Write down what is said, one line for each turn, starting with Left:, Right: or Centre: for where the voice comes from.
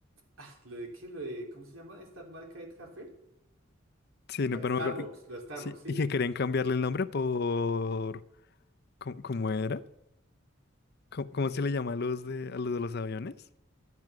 Right: ah, lo de qué, lo de, ¿cómo se llama esta marca de café?
Left: Sí,
Right: Ba-
Left: no, pero
Right: Starbucks,
Left: no me acuerdo. Y-
Right: los Starbucks,
Left: sí,
Right: ¿sí?
Left: y que querían cambiarle el nombre por... ¿Cómo, cómo era? ¿Cómo, cómo se le llama a los de, a los de los aviones?